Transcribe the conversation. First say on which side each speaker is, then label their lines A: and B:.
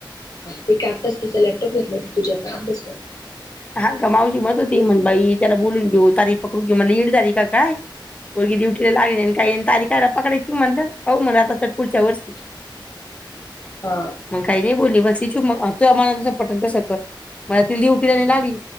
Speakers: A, on the left; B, on the left.
A: तेताच त्याचा लॅपटॉप घेतला तुझ्या अभ्यास
B: हां का मावची मत होती म्हण बाई त्याला बोलून घेऊ तारीख पकडून घेऊ मला ईड तारी काय मुलगी डुटीला लागली आणि काही तारीखयला पकडायची म्हणलं होऊ म्हणलं आता च पुढच्या वर्षी
A: <inaudible> हा
B: मग काही नाही बोलली बस ति तू आम्हाला तस पटंग क सक मला त दे त नावी